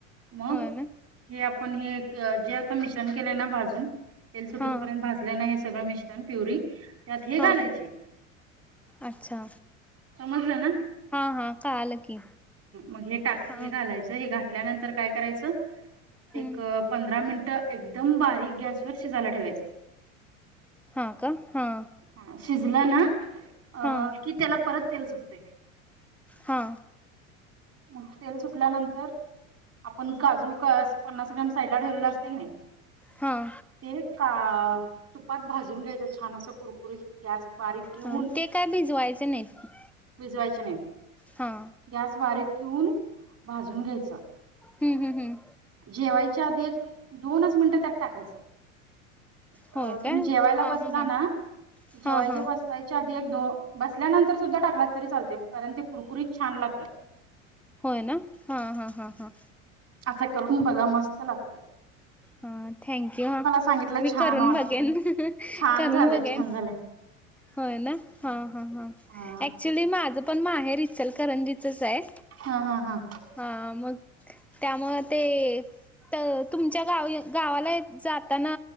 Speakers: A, on the right; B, in the centre.
A: मग
B: होय ना
A: हे आपण हे जे आता मिश्रण केलंय ना भाजून तेल सुटूसपर्यंत
B: हा
A: भाजलय ना हे सगळं मिश्रण प्युरी? त्यात हे
B: हा
A: घालायचे.
B: अच्छा
A: समजलं ना
B: हां हां कळालं की
A: मग हे टाक
B: हां
A: हे घालायचं हे घ ल्यानंतर काय करायच
B: हं.
A: एक पंधरा मिन एकदम बारीक गॅस वर शिजायला ठेवायचं.
B: हा का हां
A: ह शिजलं ना अ
B: हां
A: की त्याला परत तेल सुटते.
B: हा
A: मग तेल सुटल्यानंतर आपण काजू पन्नास ग्राम साइडला ठेवलेला असते की नाही
B: हां
A: ते का तुपात भाजून घ्यायचं छान असं कुरकुरीत गॅस बारीक ठेवून
B: हां ते काय भिजवायचे नाहीत
A: भिजवायच्या नाईत.
B: हां
A: गॅस बारीक ठेवून भाजून घ्यायच
B: हम्म हम् हम्
A: जेवायच्या आधी एक दोनच मिनिटं त्यात टाकायचं अ
B: होय काय
A: तुम्ही
B: हां
A: जेवायला बसला
B: हां हां
A: ना, जेवायचे
B: हां हां
A: बसवायच्या बसल्यानंतर सुद्धा टाकला तरी चालते कारण ते कुरकुरीत छान लागतात.
B: होय ना? हा हा हा हा.
A: असं करून बघा मस्त लागतोय.
B: हा थँक यू हा
A: सांगितलं
B: मी
A: छान
B: करून
A: वाटतय
B: बघेन
A: छान
B: करून
A: झालंय
B: बघेन.
A: छान झालंय
B: होय ना हा हा
A: हा
B: अऍक्च्युली माझं पण माहेर इचलकरंजीचच आहे.
A: हा हा हा
B: हा मग त्यामुळं ते तर तुमच्या गाव गावाला जाताना